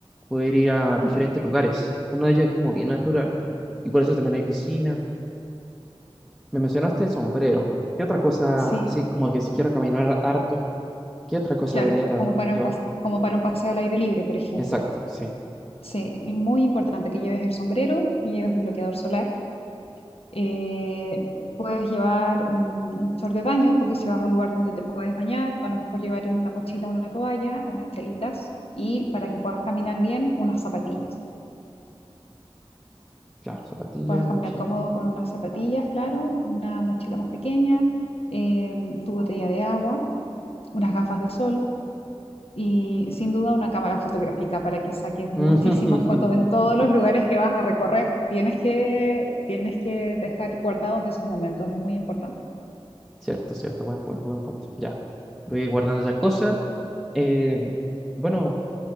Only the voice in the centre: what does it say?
poder ir a diferentes lugares. Uno de ellos es como bien natural y por eso también hay piscina. Me mencionaste el sombrero. ¿Qué otra cosa,
así como que si quiero caminar harto, qué otra cosa
debería también
llevar?
Exacto, sí.
Claro, zapatilla,
mochila.
<laughs>
Cierto, cierto, buen punto, buen punto. Ya, voy guardando esas cosas. Eh, bueno,